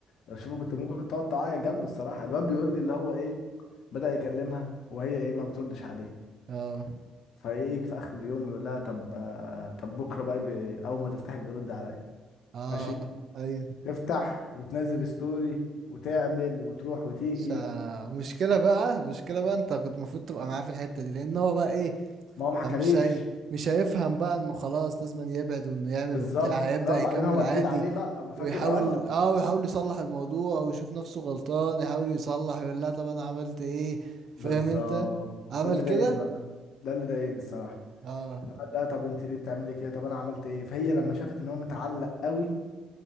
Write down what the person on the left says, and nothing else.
لو شوفه كنت ممكن تقعد تعيط جنبه الصراحه الواد بيقول لي اللي هو ايه بدأ يكلمها وهي ايه ما بتردش عليه
فيجي في اخر اليوم يقول لها طب آه، طب بكره بقى بي- اول ما تفتحي بيرد عليا
ماشي
تفتح وتنزل ستوري وتعمل وتروح وتيجي
ما هو ما حكاليش
بالظبط
لا وبعدين
هو
جديد عليه بقى هو فاكر
اه
بالظبط
ده اللي
ضايقني بقى ده اللي ضايقني الصراحه
ان هو قال لا طب انت ليه بتعملي كده طب انا عملت ايه فهي لما شافت ان هو متعلق قوي